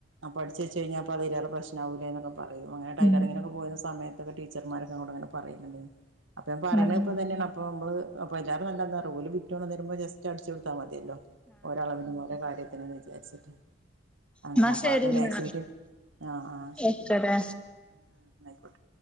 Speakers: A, on the right (about 80°); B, in the centre.
A: അപ്പൊ അടിച്ച് വെച്ച് കഴിഞ്ഞാപ്പൊ അതിലാറെ പ്രേശ്നാവുലെന്നൊക്കെ. പറയും, അങ്ങനെ ടൈലറിങ്ങിനൊക്കെ
B: ഉം
A: പോയിന്ന സമയത്തൊക്കെ ടീച്ചർമാരൊക്കെ ഇന്നോട് ഇങ്ങനെ പറയാല്ണ്ടീന്നു, അപ്പ ഞാൻ പറയണത്
B: ആഹ് ആഹ്
A: ഇപ്പൊതെന്നേണ്, അപ്പൊ മ്മള് അപ്പേല്ലാരും നല്ലെന്താറിയോ ഓര് ബിറ്റ് കൊണ്ടന്നെരുമ്പോ ജസ്റ്റ് റ്റടിച്ചു കൊടുത്താ മതിയല്ലോ ഓരളവിനും ഓര കാര്യത്തിനുംന്ന് വിചാരിച്ച്ട്ട്. അങ്ങനെ
B: എന്നാ
A: അപ്പൊ
B: ശരി
A: അത്
B: എന്നാ
A: മാക്സിബിറ്റും ആഹ് ആഹ് ശെരിന്ന.
B: വെച്ചേരെ
A: ആ ആ ന്നയിക്കോട്ടെ.